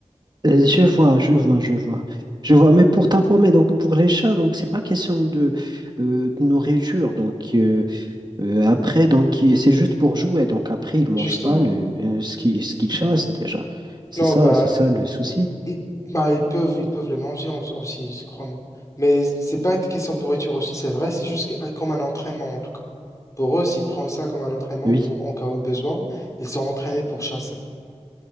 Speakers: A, on the right; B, on the left.
A: euh, je vois, je vois, je vois. Je vois, mais pour t'informer, donc pour les chats, donc c'est pas question de, euh, de nourriture. Donc, euh, Euh, après, donc, il- c'est juste pour jouer. Donc, après, ils mangent
B: Justement.
A: pas le, euh, ce qui, ce qu'ils chassent déjà. C'est
B: Non,
A: ça,
B: bah,
A: c'est ça le souci.
B: ils, bah, ils peuvent, ils peuvent le manger en- aussi, je crois. moi. Mais c'est pas une question de nourriture aussi, c'est vrai. C'est juste un- comme un entraînement, en tout cas. Pour eux, s'ils prennent ça comme un entraînement
A: Oui,
B: pour, en cas de besoin, ils sont entraînés pour chasser.